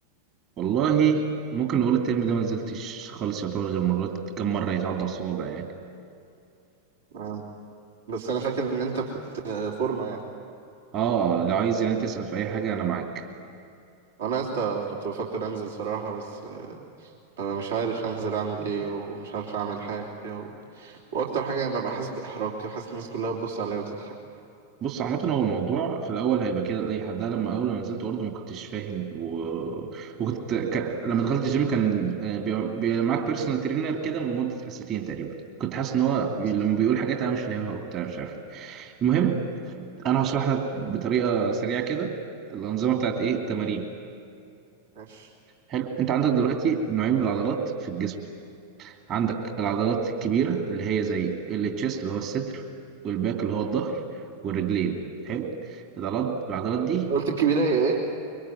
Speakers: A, on the right; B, on the right.
A: والله ممكن نقول الترم ده ما نزلتش خالص يعتبر غير مرات كم مرة يتعدى على الصوابع يعني
B: آه. بس انا فاكر ان انت كنت آه، فورمة يعني
A: اه لو عايز يعني تسأل في أي حاجة أنا معاك
B: انا يا اسطى كنت بفكر انزل صراحة بس آه، انا مش عارف انزل اعمل ايه ومش عارف اعمل حاجة و... واكتر حاجة يعني ببقى حاسس باحراج كده حاسس الناس كلها بتبص عليا وتضحك
A: بص عامة هو الموضوع في الأول هيبقى كده لأي حد أنا لما أول ما نزلت برضه ما كنتش فاهم و... وكنت ك... لما دخلت الجيم كان آه، بيبقى بيبقى معاك بيرسونال ترينر كده من مدة حصتين تقريبا كنت حاسس إن هو
B: بس،
A: بي- لما بيقول حاجات أنا مش فاهمها وبتاع مش عارف إيه المهم أنا هشرح لك بطريقة سريعة كده الأنظمة بتاعت إيه التمارين
B: ماشي
A: حلو أنت عندك دلوقتي نوعين من العضلات في الجسم عندك العضلات الكبيرة اللي هي زي التشيست اللي هو الصدر والباك اللي هو الظهر والرجلين حلو العضلات العضلات دي
B: قلت الكبيرة هي ايه؟